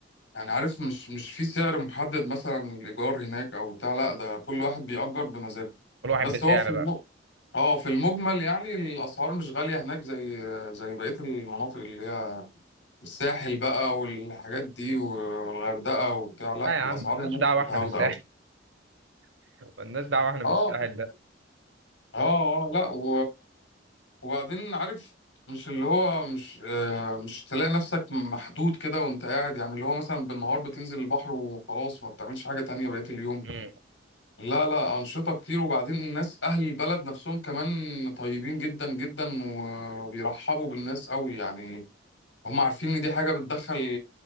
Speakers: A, on the left; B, on the right.
A: يعني عارف مش مش في سعر محدد مثلا الإيجار هناك أو بتاع لا ده كل واحد بيأجر بمزاجه
B: كل واحد
A: بس
B: بسعر
A: هو في الم...
B: بقى
A: اه في المجمل يعني الأسعار مش غالية هناك زي زي بقية المناطق اللي هي الساحل بقى والحاجات دي والغردقة وبتاع لا
B: آه يا
A: الأسعار
B: عم مالناش
A: هناك
B: دعوة
A: متعودة
B: إحنا بالساحل
A: أوي
B: <laughs> مالناش دعوة إحنا بالساحل
A: اه
B: ده
A: اه اه لا و... وبعدين عارف مش اللي هو مش آه مش تلاقي نفسك محدود كده وانت قاعد يعني اللي هو مثلا بالنهار بتنزل البحر وخلاص ما بتعملش حاجة تانية بقية اليوم
B: مم.
A: لا لا أنشطة كتير وبعدين الناس أهل البلد نفسهم كمان طيبين جدا جدا وبيرحبوا بالناس قوي يعني هم عارفين إن دي حاجة بتدخل